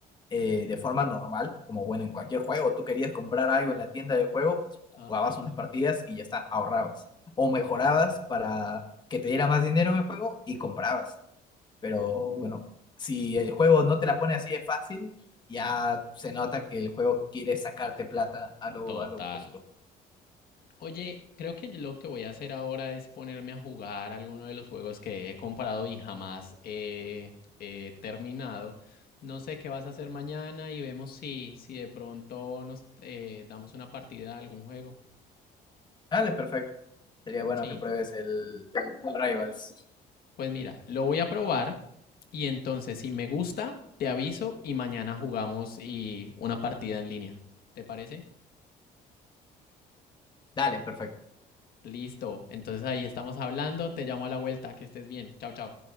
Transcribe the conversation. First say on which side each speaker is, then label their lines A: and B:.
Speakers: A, on the left (about 25°); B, on the left (about 60°).
A: eh, de forma normal, como bueno, en cualquier juego, tú querías comprar algo en la tienda del juego, pues jugabas
B: Ajá.
A: unas partidas y ya está, ahorrabas. O mejorabas
B: Wow.
A: para que te diera más dinero en el juego y comprabas. Pero bueno, si el juego no te la pone así de fácil, ya se nota que el juego quiere sacarte plata a lo,
B: Total.
A: a lo brusco.
B: Oye, creo que lo que voy a hacer ahora es ponerme a jugar alguno de los juegos que he comprado y jamás he, he terminado. No sé qué vas a hacer mañana y vemos si, si de pronto nos eh, damos una partida a algún juego.
A: Dale, perfecto. Sería bueno
B: ¿Sí?
A: que pruebes el, el Rivals.
B: Pues mira, lo voy a probar y entonces si me gusta, te aviso y mañana jugamos y una partida en línea. ¿Te parece?
A: Dale, perfecto.
B: Listo. Entonces ahí estamos hablando. Te llamo a la vuelta. Que estés bien. Chao, chao.